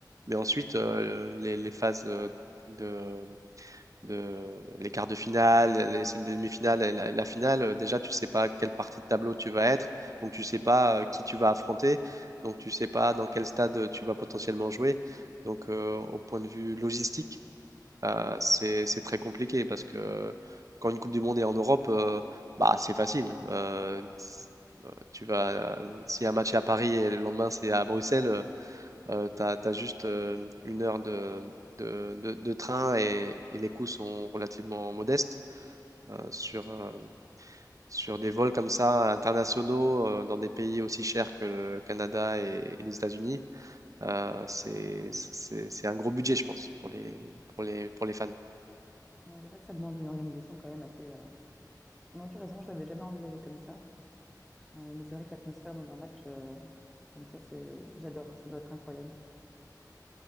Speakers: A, on the right; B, in the centre.
A: Mais ensuite, euh, les, les phases euh, de, de les quarts de finale, les demi-finales et la, la finale, euh, déjà tu sais pas quelle partie de tableau tu vas être, donc tu sais pas euh, qui tu vas affronter, donc tu sais pas dans quel stade euh, tu vas potentiellement jouer. Donc euh, au point de vue logistique, euh,
B: Oui,
A: c'est c'est très compliqué parce que quand une Coupe du Monde est en Europe, euh, bah c'est facile. Euh, tu vas, euh, si un match est à Paris et le lendemain c'est à Bruxelles, euh, euh, t'as, t'as juste euh, une heure de, de, de- de train et, et les coûts sont relativement modestes. Euh, sur, euh, sur des vols comme ça, internationaux, euh, dans des pays aussi chers que le Canada et, et les États-Unis, euh, c'est, c'est, c'est un gros budget, je pense, pour les, pour les, pour les fans.
B: Ouais, c'est vrai que ça demande une organisation quand même assez. euh, Non, tu as raison, je l'avais jamais envisagé comme ça. Euh, mais c'est vrai que l'atmosphère dans un match euh, comme ça, c'est... j'adore, ça doit être incroyable.